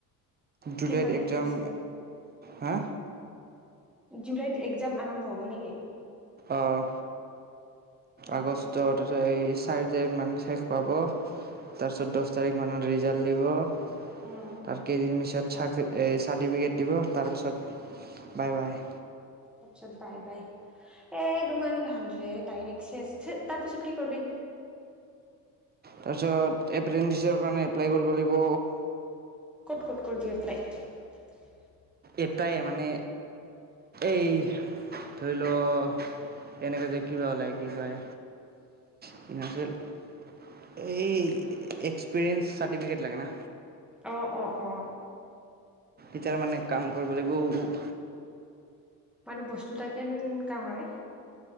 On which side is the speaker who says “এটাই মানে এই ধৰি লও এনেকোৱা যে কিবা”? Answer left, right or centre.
Right